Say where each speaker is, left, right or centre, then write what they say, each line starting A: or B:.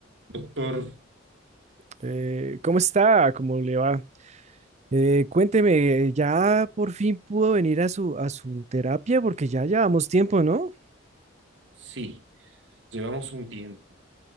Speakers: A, on the right; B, on the right.
A: Doctor,
B: Eh, ¿cómo está? ¿Cómo le va? Eh, cuénteme, ¿ya por fin pudo venir a su, a su terapia? Porque ya llevamos tiempo, ¿no?
A: sí, llevamos un tiempo